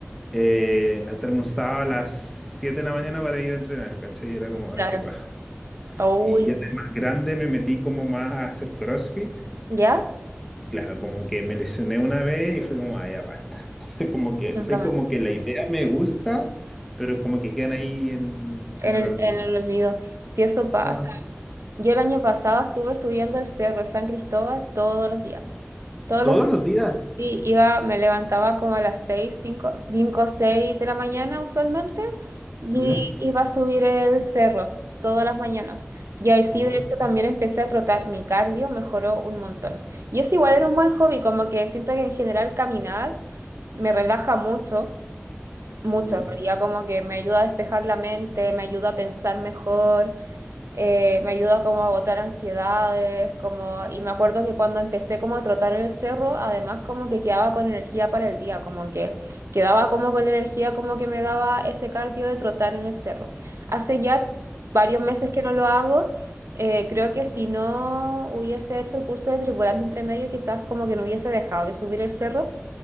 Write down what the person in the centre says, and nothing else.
eh, levantarme un sábado a las 7 de la mañana para ir a entrenar, ¿cachai? Y era como, ay,
qué paja.
Y ya de más
grande me metí como más a hacer CrossFit.
Y claro, como que me lesioné una vez y fue como, ah, ya basta. <laughs> Entonces, como que,
sé
como que la idea me gusta, pero como que quedan ahí en,
en el
olvido.
Ah,
todos
los días.
Ya,
Oh,
ya,
claro.